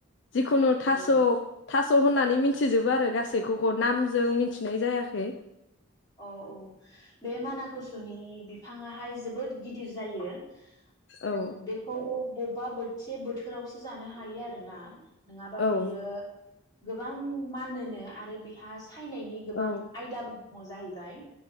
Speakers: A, on the left (about 60°); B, on the left (about 20°).
A: जिखुनु थास'
B: औ
A: थास' होननानै मिथिजोबो आरो गासैखौ नामजों मिथिनाय जायाखै
B: अ औ बे मानाकुसुनि बिफाङाहाय जोबोद गिदिर जायो उम
A: औ
B: बेखौ बबेबा बोसे बोथोरावसो जानो हायो आरो ना नोङाबा
A: औ
B: बियो गोबां मानोनो आरो बिहा सायनायनि गोबां
A: औ
B: आयदाबो मजाहैबाय